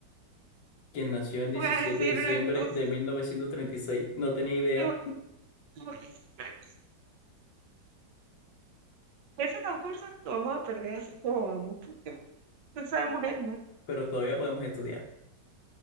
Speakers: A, on the left; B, on the right.
A: quien nació el
B: voy
A: 17
B: a decirlo
A: de diciembre
B: entonces.
A: de 1936. No tenía idea.
B: tengo- tengo que sacar Ese concurso lo vamos a perder así como vamos, porque no sabemos en nada.
A: pero todavía podemos estudiar.